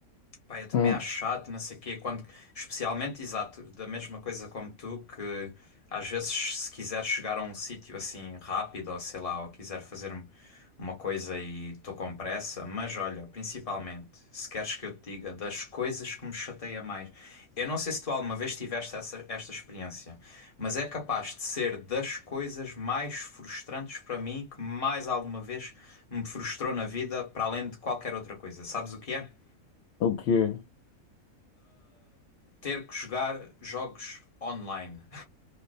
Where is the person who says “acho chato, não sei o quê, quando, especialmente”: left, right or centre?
Left